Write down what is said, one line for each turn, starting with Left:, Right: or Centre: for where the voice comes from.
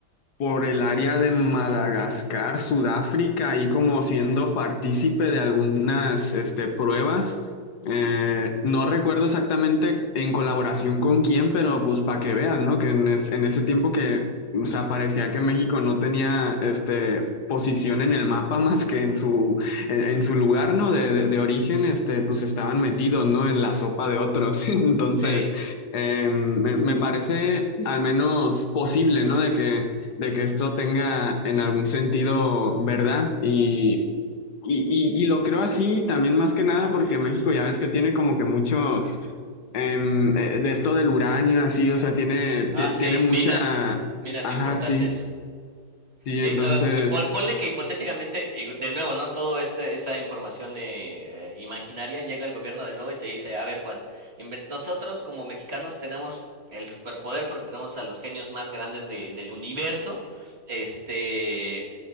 Left: por el área de Madagascar, Sudáfrica, y como siendo partícipe de algunas este, pruebas eh, no recuerdo exactamente en colaboración con quién, pero pues para que vean, ¿no? Que en, es- en ese tiempo que, o sea, parecía que México no tenía, este, posición en el mapa <laughs> más que en su, en, en su lugar, ¿no? De, de- de origen, este, pues estaban metidos, ¿no? En la sopa de otros. <laughs> Entonces,
Right: Ey.
Left: eh, me, me parece al menos posible, ¿no? De que, de que esto tenga en algún sentido verdad y... Y, y- y lo creo así también más que nada porque México ya ves que tiene como que muchos em, eh, de esto del uranio así, o sea, tiene, ti-
Right: Ah, sí,
Left: tiene mucha,
Right: minas, minas
Left: ajá,
Right: importantes.
Left: sí, sí,
Right: Y,
Left: entonces,
Right: ah, y pon- ponle que hipotéticamente, y de nuevo, ¿no? Todo este, esta información eh, eh, imaginaria llega al gobierno de nuevo y te dice, a ver, Juan, inven- nosotros como mexicanos tenemos el superpoder porque tenemos a los genios más grandes de- del universo. Este,